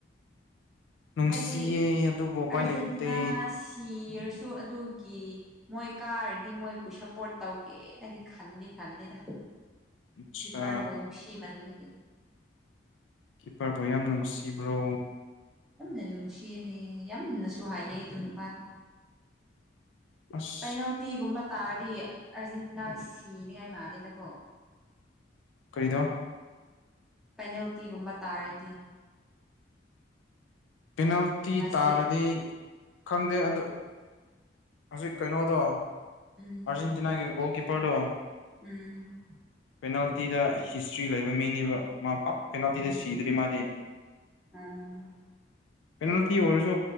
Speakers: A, on the left; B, in the centre.
A: ꯅꯨꯡꯁꯤꯌꯦ
B: ꯍꯥꯏꯗꯤ
A: ꯑꯗꯨꯕꯨ ꯎꯄꯥꯏ
B: ꯑꯔꯖꯦꯟꯇꯤꯅꯥ
A: ꯂꯩꯇꯦ
B: ꯁꯤꯔꯁꯨ ꯑꯗꯨꯒꯤ ꯃꯣꯏ ꯀꯥꯔꯗꯤ ꯃꯣꯏꯕꯨ ꯁꯄꯣꯔꯠ ꯇꯧꯒꯦꯅꯗꯤ ꯈꯅꯤ ꯈꯅꯤꯗ
A: ꯑꯠꯁꯥ
B: ꯀꯤꯞꯄꯔꯕꯣ ꯅꯨꯡꯁꯤꯃꯟꯕꯒꯤ
A: ꯀꯤꯞꯄꯔꯕꯨ ꯌꯥꯝ ꯅꯨꯡꯁꯤꯕ꯭ꯔꯣ
B: ꯌꯥꯝꯅ ꯅꯨꯡꯁꯤꯌꯦꯅꯦ ꯌꯥꯝꯅꯁꯨ ꯍꯥꯏꯑꯦ ꯑꯗꯨ ꯅꯨꯄꯥꯗꯣ
A: ꯑꯁ
B: ꯄꯦꯅꯥꯜꯇꯤꯒꯨꯝꯕ ꯇꯥꯔꯗꯤ ꯑꯔꯖꯦꯟꯇꯤꯅꯥ ꯁꯤꯅꯤꯉꯥꯏ ꯃꯥꯂꯦꯗꯀꯣ
A: ꯀꯔꯤꯗꯣ
B: ꯄꯦꯅꯥꯜꯇꯤꯒꯨꯝꯕ ꯇꯥꯔꯗꯤ
A: ꯄꯤꯅꯥꯜꯇꯤ
B: ꯉꯁꯤ
A: ꯇꯥꯔꯗꯤ ꯈꯪꯗꯦ ꯑꯗꯨ ꯍꯧꯖꯤꯛ ꯀꯩꯅꯣꯗꯣ
B: ꯎꯝ
A: ꯑꯔꯖꯦꯟꯇꯤꯅꯥꯒꯤ ꯒꯣꯜ ꯀꯤꯄꯔꯗꯣ
B: ꯎꯝ
A: ꯄꯦꯅꯥꯜꯇꯤꯗ ꯍꯤꯁꯇ꯭ꯔꯤ ꯂꯩꯕ ꯃꯤꯅꯦꯕ ꯃꯥ ꯄꯥꯛ ꯄꯦꯅꯥꯜꯇꯤꯗ
B: ꯎꯝ
A: ꯁꯤꯗꯔꯤ ꯃꯥꯗꯤ
B: ꯎꯝ
A: ꯄꯦꯅꯥꯜꯇꯤ ꯑꯣꯏꯔꯁꯨ